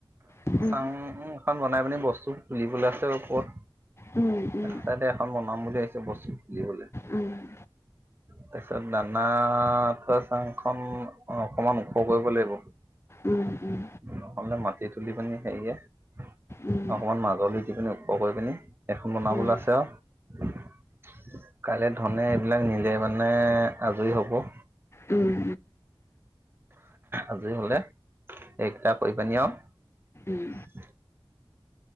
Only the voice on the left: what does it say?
উম,
উম,
উম, উম।
উম, উম,
উম, উম,
উম, উম,
উম, উম,
উম,